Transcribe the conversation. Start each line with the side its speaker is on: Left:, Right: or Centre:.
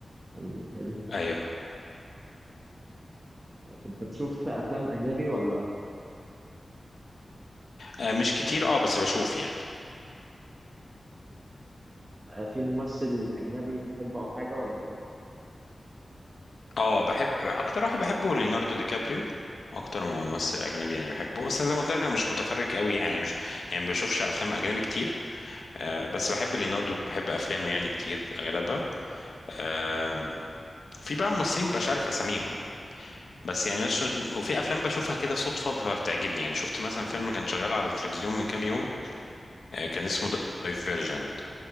Right: كان حلو
Left: ايوه
Right: طيب انت بتشوف افلام اجنبي ولا
Left: آه مش كتير اه بس بشوف يعني
Right: آه، في ممثل اجنبي بتحبه او حاجة ولا
Left: اه بحب اكتر واحد بحبه ليوناردو دي كابريو اكتر ممثل اجنبي يعني بحبه بس انا زي ما قلت لك انا مش متفرج قوي يعني مش يعني ما بشوفش افلام اجنبي كتير آه، بس بحب ليوناردو وبحب افلامه يعني كتير اغلبها آم، في بقى ممثلين مبقاش عارف اساميهم بس يعني مش... وفي افلام بشوفها كده صدفه فبتعجبني يعني شفت مثلا فيلم كان شغال على التلفزيون من كام يوم آه، كان اسمه دايفيرجنت